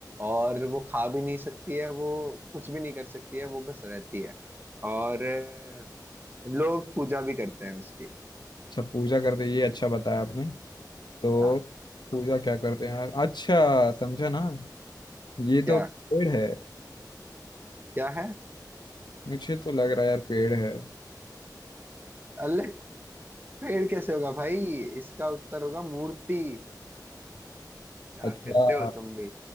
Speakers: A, on the right; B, on the left.
A: और वो खा भी नहीं सकती है वो कुछ भी नहीं कर सकती है वो बस रहती है और अ, लोग पूजा भी करते हैं उसकी
B: अच्छा पूजा करते ये अच्छा बताया आपने तो
A: हाँ
B: पूजा क्या करते हैं यार अच्छा समझा ना ये
A: क्या
B: तो पेड़ है
A: क्या है
B: मुझे तो लग रहा है यार पेड़ है
A: अल्ले पेड़ कैसे होगा भाई इसका उत्तर होगा मूर्ति
B: <laughs>
A: क्या
B: अच्छा
A: करते हो तुम भी